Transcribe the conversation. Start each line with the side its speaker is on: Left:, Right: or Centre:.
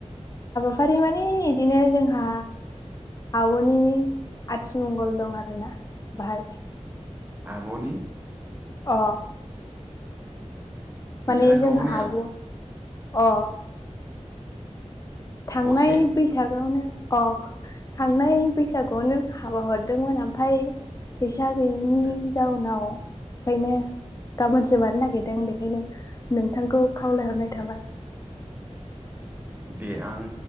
Left: फारि माने इदिनो जोंहा आब'नि आथिमंगल दं आरोना बाहाय।
Right: आब'नि?
Left: अ
Right: नोंस्रा
Left: माने जोंहा
Right: न'नि
Left: आब' अ। थांनाय
Right: असे
Left: बैसाग आवनो। अ थांनाय बैसागुआवनो हाबा हरदोंमोन ओमफाय बैस जा गैयिनि
Right: आदसा
Left: जाउनाव खायनो गाबोनसो बानो नागिरदों बेखायनो नोंथांखौ खावलायहरनाय थाबाय।
Right: दे आङ